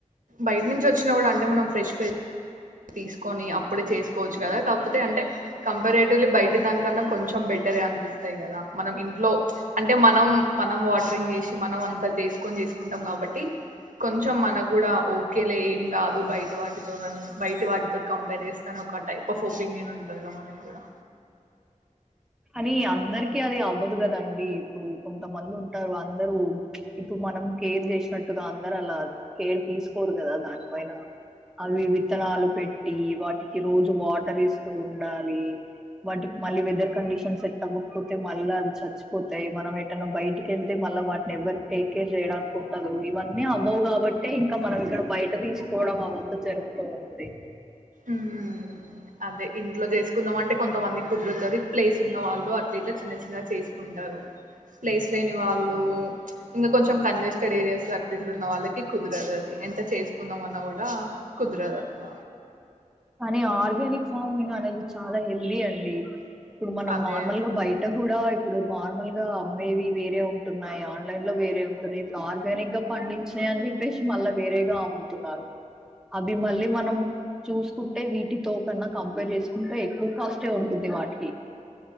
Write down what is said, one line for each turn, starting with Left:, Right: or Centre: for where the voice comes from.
Right: బయట నుంచి వచ్చినా గుడా అంటే మనం ఫ్రెష్ తీసుకొని అప్పుడే చేసుకోవచ్చు కదా కాకపోతే అంటే కం రేటలి బయటి దానికన్నా కొంచెం బెటరే అనిపిస్తాయి కదా మనం ఇంట్లో అంటే మనం మనం వాటరింగ్ చేసి మనం అంతా చేసుకొని చేసుకుంటాం కాబట్టి కొంచెం మనకు కూడా ఓకే లే ఏం కాదు బయట వాటితో బయటి వాటితో కంపేర్ చేస్తానే ఒక టైప్ ఆఫ్ ఒపీనియన్ ఉంటుందిగా మనకి కూడా
Centre: అని అందరికి అది అవ్వదు గదండి ఇప్పుడు కొంతమంది ఉంటారు అందరూ ఇప్పుడు మనం కేర్ చేసినట్టుగా అందరు అలా కేర్ తీసుకోరు కదా దానిపైన అవి విత్తనాలు పెట్టి వాటికి రోజు వాటర్ ఇస్తూ ఉండాలి వాటికి మళ్ళీ వెదర్ కండిష్ చం సెట్ అవ్వకపోతే మళ్ళ అవి చచ్చిపోతాయి మనం ఎటైనా బయటికి వెళ్తే మళ్ళీ వాటిని ఎవరి టేక్ కేర్ చేయడానికి ఉండదు ఇవన్నీ అవావ్ కాబట్టే ఇంకా మనం ఇక్కడ బయట తీసుకోవడం అవంతా జరుగుతూ ఉంటది
Right: మ్మ్ అదే ఇంట్లో చేసుకుందాం అంటే కొంతమంది కుదురుతది ప్లేస్ ఉన్న వాళ్ళు అట్ల ఇట్ల చిన్న చిన్నగా చేసుకుంటారు ప్లేస్ లేని వాళ్ళు ఇంకా కొంచెం కంజెస్టెడ్ ఏరియాస్ లో అట్ల ఇట్లు ఉన్న వాళ్ళకి కుదరదు అది ఎంత చేసుకుందాం అన్న కూడా కుదర దట్ల
Centre: కానీ ఆర్గానిక్ ఫార్మింగ్ అనేది చాలా హెల్దీ అం డి ఇప్పుడు మనం
Right: అదే
Centre: నార్మల్ గా బయట కూడా ఇప్ ఇప్పుడు నార్మల్ గా అమ్మేవి వేరే ఉంటున్నాయి ఆన్లైన్ లో వేరే ఉంటున్నాయి ఇప్పుడు ఆర్గానిక్ గా పండించినయి అని చెప్పేసి మళ్ళా వేరేగా అమ్ముతున్నారు మీ మళ్ళీ మనం చూసుకుంటే వీటితో కన్నా కంపేర్ చేసుకుంటే ఎక్కువ కాస్టే ఉంటుంది వాటికి